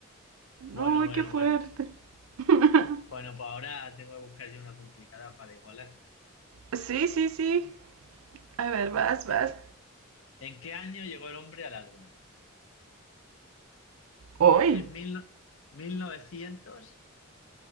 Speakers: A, on the left (about 65°); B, on the right (about 80°).
A: Bueno,
B: ¡Uy,
A: bueno,
B: qué fuerte!
A: bueno.
B: <laughs>
A: Bueno, pues ahora tengo que buscar yo una complicada para igualar.
B: sí, sí, sí. A ver, vas,
A: Ve,
B: vas.
A: ¿En qué año llegó el hombre a la luna?
B: ¡Uy!
A: En mil, no- mil novecientos